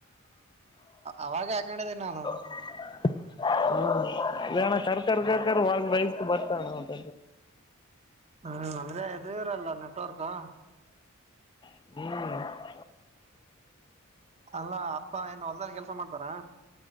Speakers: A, on the right (about 30°); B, on the left (about 20°).
A: ಅವಾಗೆ ಹಾಕ್ಕೊಂಡಿದಿನ್ ನಾನು
B: <unintelligible> ಬರ್ತಣಂತ
A: ಹ್ಮ ಅಂದ್ರ ಎದು ಇರಲ್ಲ ನೆಟ್ವರ್ಕು
B: ಹ್ಮ್
A: ಅಲ್ಲ ಅಪ್ಪ ಏನ್ ಹೊಲ್ದದಲ್ಲಿ ಕೆಲ್ಸ ಮಾಡ್ತಾರಾ